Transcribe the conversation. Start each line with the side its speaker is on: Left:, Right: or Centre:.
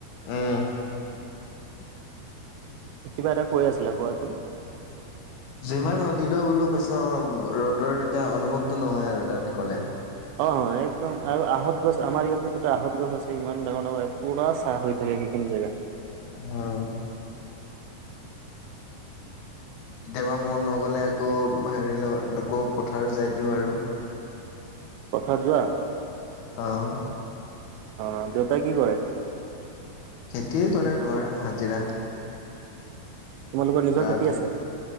Left: উম
Right: কিবা এটা কৈ আছিলা কোৱাচোন?
Left: যিমান ৰ'দ দিলেও বোলো কৈছো আমাৰ ৰ'দৰ দিনা অনুভৱটো নহয় আৰু তাত গলে।
Right: অ', অ' একদম আৰু আহত গছ আমাৰ ইয়াতে দুটা আহত গছ আছে ইমান ডাঙৰ ডাঙৰ পুৰা চাহ হৈ থাকে সে হেনো জেগা
Left: অ' কেতিয়াবা মন নগলে আকৌ হেৰি লগত আকৌ পথাৰত যাই দিওঁ আৰু।
Right: পথাৰত যোৱা?
Left: অ'
Right: অ', দেউতাই কি কৰে?
Left: খেতিয়ে কৰে তোমাৰ হাজিৰা।
Right: তোমালোকৰ নিজৰ
Left: গাঁৱতে
Right: খেতি আছে?